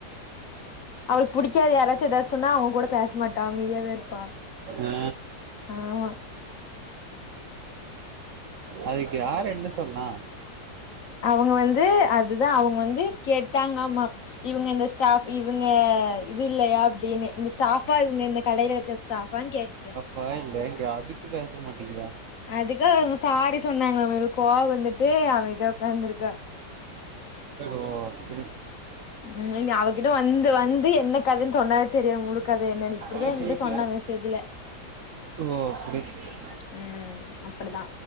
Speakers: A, on the left; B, on the right.
A: அவளுக்கு புடிக்காது யாராச்சு எதாச்சு சொன்னா அவங்க கூட பேசமாட்டான் அமைதியாவே இருப்பா
B: ஆ
A: ஆமா
B: அதுக்கு யரு என்ன சொன்னா
A: அவங்க வந்து அதுதான் அவங்க வந்து கேட்டாங்கமா இவங்க இந்த ஸ்டாப் இவங்க இது இல்லையா அப்டின்னு இந்த ஸ்டாபா இவங்க இந்த கடையில இருக்கிற ஸ்டாபான்னு கேட்ட
B: பயங்க இங்க அதுக்கு பேச மாட்டேங்க
A: அதுக்கு சாரி சொன்னாங்களமா இவுலுக்கு கோவ வந்துட்டு அமைதியா உக்காந்துருக்கா
B: ஓ ஆப்டி
A: உம் நீங்க அவ கிட்ட வந்து வந்து என்ன கதன்னு சொன்ன தெரியு முழு கத என்னன்னு இப்படிதான்
B: அப்டி
A: எங்க்கிட்ட சொன்னா மேசேஜல
B: ஓ அப்டி ஸ்
A: ம் அப்புடிதா